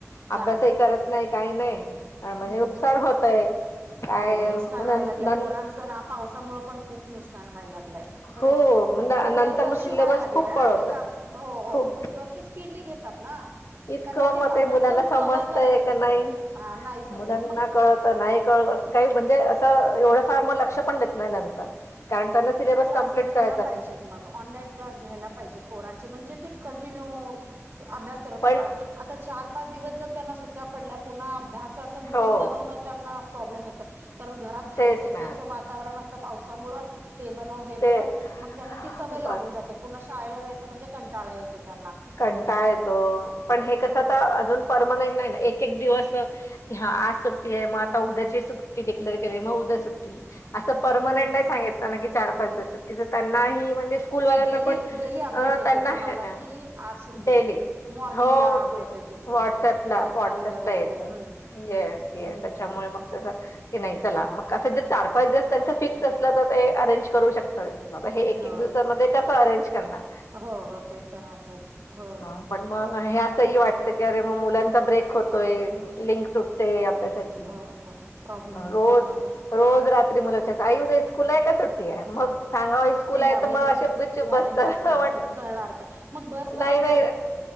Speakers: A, on the left (about 65°); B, on the right (about 45°).
A: अभ्यासही
B: हा
A: करत नाही काही नाही पण म्हणजे
B: हम्म
A: नुकसान होतय काय
B: हो नुकसान
A: मग
B: व्हाय लागय
A: न
B: पोरांचं ना पावसामुळेळ पण खूप नुकसान व्हाय लागय. खरंच
A: हो मग
B: हे
A: नंतर
B: दरवर्षी
A: मग सिलेबस
B: व्हायला लागलंय
A: खूप पळवतात
B: एका हो हो
A: खूप
B: मग ते स्पीडली घेतात.
A: इतकं
B: त्यांना ते
A: मग
B: अभ्यासक्रम
A: मुलांना समजतय
B: कवर्ह करायच
A: का
B: असत
A: नाही
B: हा नाही समजत
A: मुलांना
B: मग.
A: कळत नाही कळत काही म्हणजे असं एवढं फार मग लक्ष पण देत नाही नंतर. कारण त्यांना सिलेबस कंप्लीट
B: तास घ्यायला
A: करायचा असतो
B: पाहिजेत क् घ प कंट्य अ आता
A: पण
B: चार पाच दिवस जर त्यांना सुट्या पडल्या पुन्हा अभ्यासाच मूड
A: हो
B: बनव त्यांना घरात खायचं
A: तेच ना
B: प्यायचं वातावरण असत पावसामुळे ते ब हे
A: तेच
B: बन मग त्यांना ती सवय
A: बस
B: लागून जाते पूर्ण शाळेला जायचं म्हणजे कंटाळा येतो त्यांना
A: कंटाय तो पण हे कसं
B: मग
A: तर अजून परमनंट नाही ना एक एक दिवस कि हा आज सुट्टी आहे मग आता उद्याची सुट्टी डिक्लेअर केली मग उद्या सुट्ट असं
B: हम्म
A: परमनंट
B: हम्म
A: नाही
B: हम्म
A: सांगित ना की चार पाच दिवस सुटी तर त्यांनाही म्हणजे स्कूलवाल्यांना
B: डेली
A: पण
B: डेली अपडेट
A: अ
B: येते
A: त्यांना
B: तुम्हाला
A: ह ना
B: की आज सुट्टी
A: डेली
B: मॉर्निंगला
A: हो
B: अपडेट
A: व्हॉटसअपला
B: येते तुम्हाला काय
A: व्हॉट्सअपला
B: चाललंय वगैरे
A: येत
B: हम्म
A: येस ते
B: हम्म
A: त्याच्यामुळे
B: हम्म
A: मग की नाही चला मग असं जर चार पाच दिस त्यांच फिक्स असलं तर ते अरेंज करू शकत ता हे एक
B: हो
A: एक दिुससामध्येध्ये कसं अरेंज करणार
B: हो हो ते तर आहेच हो
A: ह
B: हो
A: पण मग हे असंही वाटत की अरे म मुलांचा ब्रेक होतोय लिंक तुटते अभ्यास सचिन
B: हो हो प्रॉब्लेम
A: रोज
B: होतो मग
A: रोज रात्री मुलाच्या आई उद्या स्कूल आहे का सुट्टी आहे मग सांगा स्कूल
B: ते मॉर्निंगला
A: आहे तर मग अशेप गुच्चप
B: मॉर्निंगलाच
A: बसतण
B: कळ कळणार ते मग बस
A: नाही
B: वगैरे
A: नाही